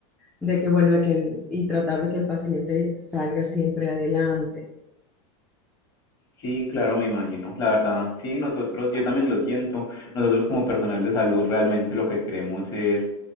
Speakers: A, in the centre; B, on the left.
A: de que, bueno, de que el- y tratar de que el paciente salga siempre adelante.
B: Sí, claro, me imagino. La verdad, sí, nosotros, yo también lo siento. Nosotros como personal de salud realmente lo que queremos es